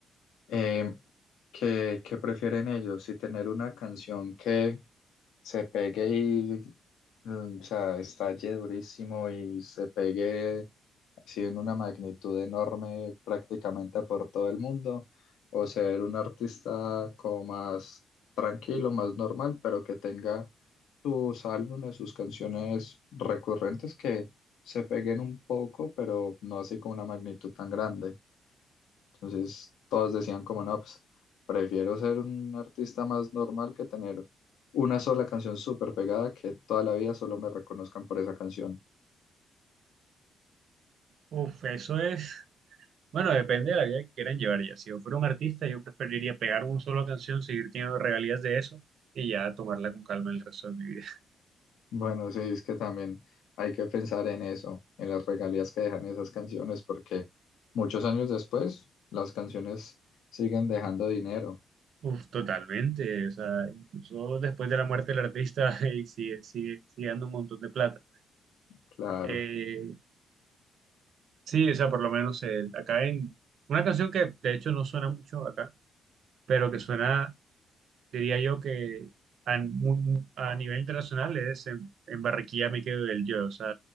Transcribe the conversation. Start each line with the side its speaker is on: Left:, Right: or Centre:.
Left: Eh, ¿qué, qué prefieren ellos? Si tener una canción que se pegue y mm, o sea, estalle durísimo y se pegue sí, en una magnitud enorme prácticamente por todo el mundo, o ser un artista como más tranquilo, más normal, pero que tenga sus álbumes, sus canciones recurrentes que se peguen un poco, pero no así con una magnitud tan grande. Entonces todos decían como, no, pues prefiero ser un artista más normal que tener una sola canción súper pegada que toda la vida solo me reconozcan por esa canción.
Right: Uf, eso es. Bueno, depende de la vida que quieran llevar ya. Si yo fuera un artista, yo preferiría pegar una sola canción, seguir teniendo regalías de eso y ya tomarla con calma el resto de mi vida.
Left: Bueno, sí, es que también hay que pensar en eso, en las regalías que dejan esas canciones, porque muchos años después las canciones siguen dejando dinero.
Right: <laughs> Uf, totalmente. O sea, incluso después de la muerte del artista <laughs> y sigue, sigue, sigue dando un montón de plata.
Left: Claro,
Right: Eh, sí, o sea, por lo menos eh, acá en una canción que de hecho no suena mucho acá, pero que suena, diría yo que a, muy- muy- a nivel internacional es en, en Barranquilla me quedo del yo. O sea,